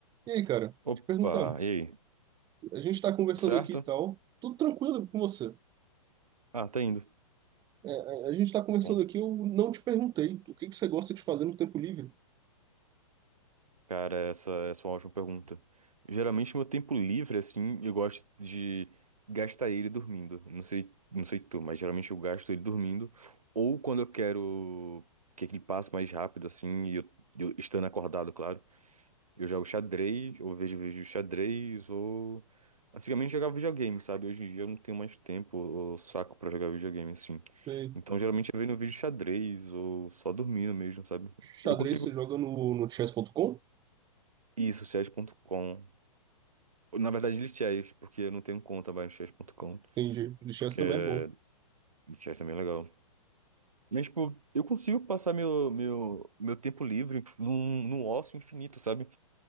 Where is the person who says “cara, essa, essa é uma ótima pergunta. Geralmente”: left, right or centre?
Right